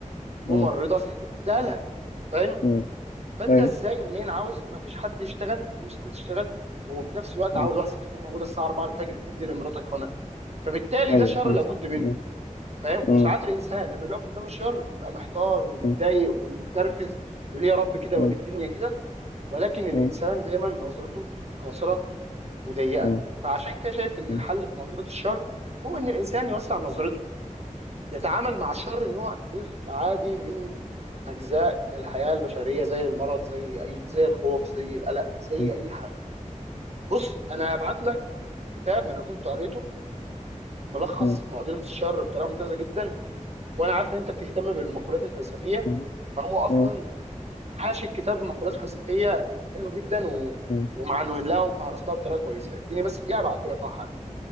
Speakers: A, on the right (about 55°); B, on the left (about 70°).
A: ممرضه
B: مم.
A: ست تديها لها فاهم
B: مم.
A: فانت
B: أيوة.
A: ازاي منين عاوز مفيش حد يشتغل مفيش ست تشتغل وفي نفس الوقت
B: مم.
A: عاوز واحده ست تكون موجوده الساعه 4 الفجر تدي لمراتك حقنه فبالتالي
B: أيوة،
A: ده شر
B: فهمت
A: لابد منه
B: مم.
A: فاهم
B: مم.
A: وساعات الانسان لما بيقف قدام الشر بيبقى محتار ومتضايق
B: مم.
A: ومتنرفز وليه يا رب كده
B: مم.
A: وليه الدنيا كده ولكن الانسان
B: مم.
A: دايما نظرته قاصره وضيقه
B: مم.
A: فعشان كده شايف ان
B: مم.
A: الحل في معضله الشر هو ان الانسان يوسع نظرته يتعامل مع الشر ان هو جزء عادي من اجزاء الحياه البشريه زي المرض زي اي زي الخوف زي القلق زي
B: مم.
A: اي حاجه بص انا هبعت لك كتاب انا كنت قريته ملخص
B: مم.
A: معضله الشر بطريقه ممتازه جدا وانا عارف ان انت بتهتم بالمقولات الفلسفيه
B: مم.
A: فهو اصلا
B: مم.
A: حاشي الكتاب مقولات فلسفيه حلوه جدا و...
B: مم.
A: ومعنوين لهم فهرس لها بطريقه كويسه اديني بس دقيقه ابعته لك اهو حالا.